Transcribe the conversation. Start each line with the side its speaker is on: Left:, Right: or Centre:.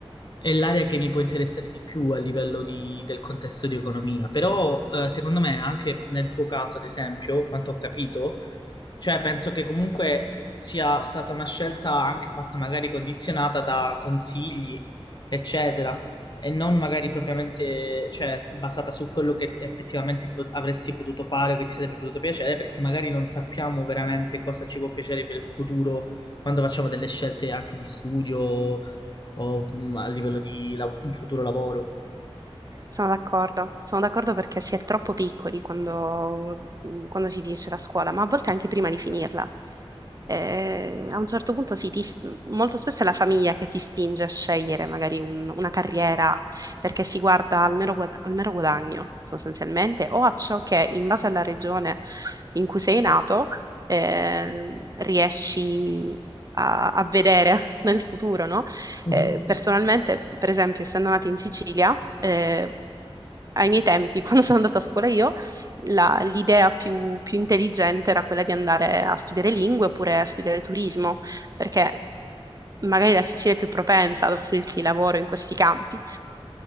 Left: è l'area che mi può interessare di più a livello di- del contesto di economia, però eh, secondo me anche nel tuo caso, ad esempio, quanto ho capito, cioè penso che comunque sia stata una scelta anche fatta magari condizionata da consigli eccetera, e non magari propriamente, cioè, s- basata su quello che effettivamente po- avresti potuto fare o che ti sarebbe potuto piacere, perché magari non sappiamo veramente cosa ci può piacere per il futuro quando facciamo delle scelte anche di studio o mm, a livello di la- un futuro lavoro.
Right: Sono d'accordo, sono d'accordo perché si è troppo piccoli quando, quando si finisce la scuola, ma a volte anche prima di finirla. eh, a un certo punto sì, ti- molto spesso è la famiglia che ti spinge a scegliere magari un- una carriera perché si guarda al mero, guad- al mero guadagno sostanzialmente o a ciò che in base alla regione in cui sei nato eh, riesci a, a vedere <laughs> nel futuro, no?
Left: Mhm.
Right: Eh, personalmente, per esempio, essendo nata in Sicilia, eh, ai miei tempi, quando sono andata a scuola io, la- l'idea più, più intelligente era quella di andare a studiare lingue oppure a studiare turismo, perché magari la Sicilia è più propensa ad offrirti lavoro in questi campi,